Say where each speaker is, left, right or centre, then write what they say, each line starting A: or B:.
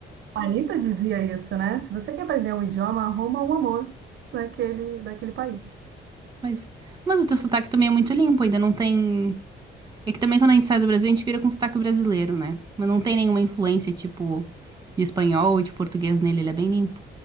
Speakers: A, on the right; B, on the right.
A: A Anitta dizia isso, né? Se você quer aprender um idioma, arruma um amor daquele, daquele país.
B: Pois. Mas o teu sotaque também é muito limpo, ainda não tem. É que também quando a gente sai do Brasil, a gente vira com sotaque brasileiro, né? Mas não tem nenhuma influência, tipo, de espanhol ou de português nele, ele é bem limpo.